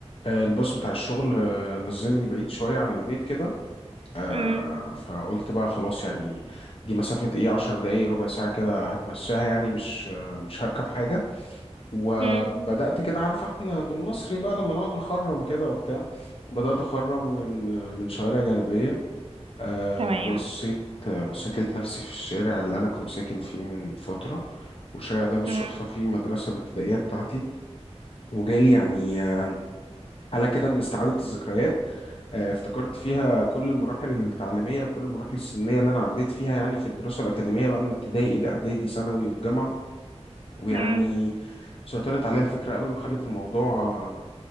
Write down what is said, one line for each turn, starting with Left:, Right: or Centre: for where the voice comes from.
Left: آه، الباص بتاع الشغل آه، نزلني بعيد شوية عن البيت كده آه،
Right: امم
Left: فقلت بقى خلاص يعني دي مسافة ايه عشر دقايق ربع ساعة كده هتمشاها يعني مش آه، مش هركب حاجة وبدأت
Right: امم
Left: كده عارفة احنا بالمصري بقى لما نقعد نخرم كده وبتاع بدأت أخرم من آه، من شوارع جانبية آه،
Right: تمام
Left: بصيت آه، بصيت لقيت نفسي في الشارع اللي أنا كنت ساكن فيه من فترة والشارع ده بالصدفة
Right: امم
Left: فيه المدرسة الابتدائية بتاعتي وجالي يعني آه، حالة كده من استعادة الذكريات آه، افتكرت فيها كل المراحل التعليمية وكل المراحل السنية اللي أنا عديت فيها يعني في الدراسة الأكاديمية بقى من ابتدائي إلى إعدادي ثانوي والجامعة ويعني
Right: امم
Left: سيطرت عليا الفكرة قوي وخلت الموضوع آه،